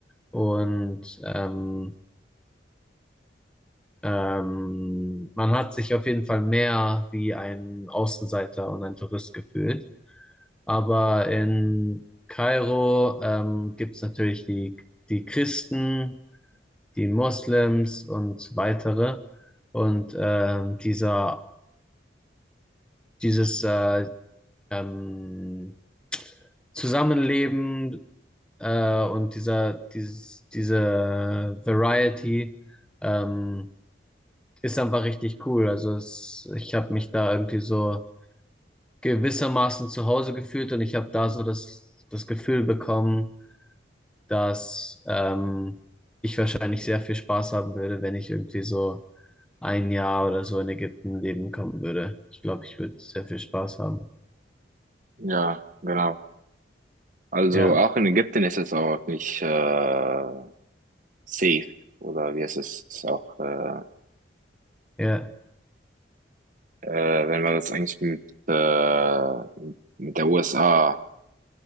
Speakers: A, in the centre; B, on the right.
A: und ähm, ähm, man hat sich auf jeden Fall mehr wie ein Außenseiter und ein Tourist gefühlt. Aber in Kairo ähm, gibt es natürlich die, die Christen die Moslems und weitere. Und ähm, dieser, dieses äh, ähm, Zusammenleben äh, und dieser, dieses, diese Variety ähm, ist einfach richtig cool. Also es, ich habe mich da irgendwie so gewissermaßen zu Hause gefühlt und ich habe da so das, das Gefühl bekommen, dass ähm, ich wahrscheinlich sehr viel Spaß haben würde, wenn ich irgendwie so ein Jahr oder so in Ägypten leben kommen würde. Ich glaube, ich würde sehr viel Spaß haben.
B: Ja, genau. Also
A: Ja,
B: auch in Ägypten ist es auch nicht äh, Safe oder wie heißt es? Ist auch, äh,
A: ja,
B: äh, wenn wir das eigentlich mit, äh, mit der USA